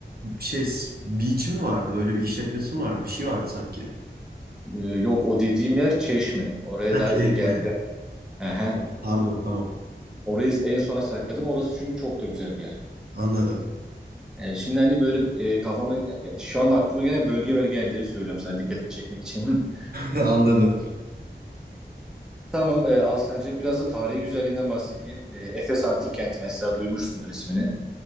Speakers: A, on the right; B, in the centre.
A: şey beach'i mi vardı? Böyle bir işletmesi mi vardı? Bir şey vardı sanki.
B: E, yok o dediğim yer Çeşme. Oraya
A: Ha
B: daha iyi
A: çekme.
B: geleceğim. Aha.
A: Tamam. Pardon tamam.
B: Orayı en sona sakladım. Orası çünkü çok da güzel bir yer.
A: Anladım.
B: E, şimdi hani böyle e, kafama ya- şu anda aklıma gelen bölge bölge yerleri söylüyorum sana dikkatini çekmek için. <laughs>
A: <laughs> Anladım.
B: Tamam e, Alsancak biraz da tarihi güzelliğinden bahsedeyim. E, Efes Antik Kenti mesela duymuşsundur ismini.